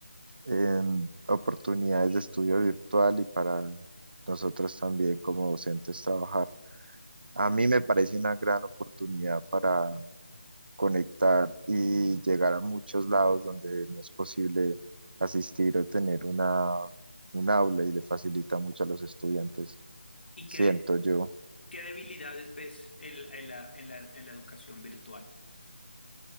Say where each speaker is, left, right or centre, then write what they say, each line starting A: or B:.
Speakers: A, on the right; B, on the left.
A: em, oportunidades de estudio virtual y para nosotros también como docentes trabajar. A mí me parece una gran oportunidad para conectar y llegar a muchos lados donde no es posible asistir o tener una, un aula y le facilita mucho a los estudiantes,
B: ¿Y
A: siento
B: qué, de-
A: yo.
B: qué debilidades ves en, la, en la en la- en la educación virtual?